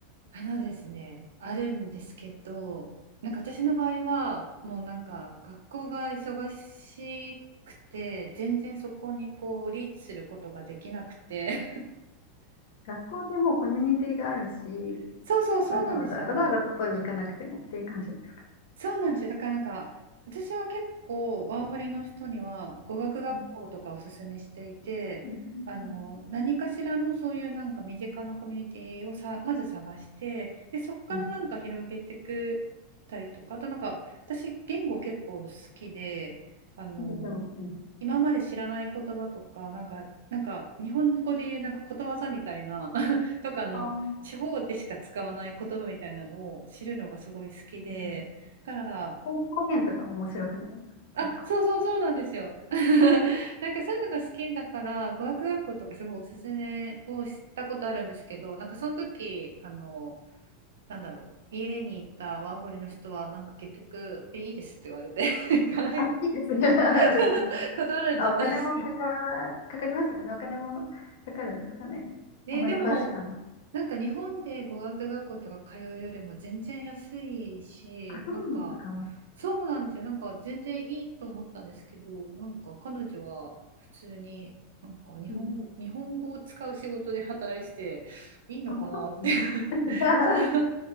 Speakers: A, on the right; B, on the left.
A: あのですね、あるんですけど、なんか私の場合は、もうなんか学校が忙しくて、全然そこにこうリーチすることができなくて、
B: 学校でもコミュニティがあるし、
A: <laughs> そうそうそうなんですよ。
B: わざわざ、わざわざ外に行かなくてもっていう感じですか
A: そうなんですよ。だからなんか、私は結構ワーホリの人には語学学校とかおすすめしていて、
B: うんうん
A: あの何かしらのそういうなんか身近なコミュニティをさまず探してでそこからなんか広げてくたりとかあとなんか私言語結構好きであの
B: うんうんそうそうそう
A: 今まで知らない言葉とかなんかなんか日本語で言うなんかことわざみたいな <laughs> とかの地方でしか使わない言葉みたいなのを知るのがすごい好きで。
B: あーうんうん
A: から、
B: 方方言とかも面白くないですか結構
A: あ、そうそうそうなんですよ。<laughs> なんかそういうのが好きだから、語学学校とかすごいおすすめをしたことあるんですけど、なんかその時、あの、なんだろう。家に行ったワーホリの人は、なんか結局、え、いいですって言われて <laughs> 行かない
B: <laughs> あ、いいですね <laughs>
A: <laughs>
B: 別に。
A: 断られちゃったんですけど
B: まあ、お金もかか、かかりますよね。お金もかかるんですかね。
A: ね、
B: あまり詳しくはない。
A: でも、なんか日本で語学学校とか通うよりも全然安いし、
B: あ、そうなんですか。
A: なんか、そうなんですよ。なんか全然いいと思ったんですけど、なんか彼女は普通に、なんか日本語、
B: うん。
A: 日本語を使う仕事で働いてて、いいのかなって
B: あ、そうなんで
A: <laughs>
B: すか。
A: そう、